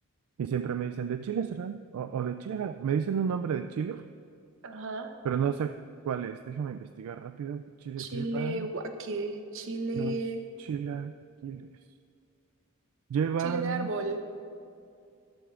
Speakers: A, on the right; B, on the right.
A: Y siempre me dicen, ¿de chile serán? O, o de chile. gala?". Me dicen un nombre de chile,
B: Ajá.
A: pero no sé cuál es. Déjame investigar rápido. Chile
B: Chile
A: lleva
B: guaque, chile,
A: los chilaquiles. Llevan,
B: chile de árbol.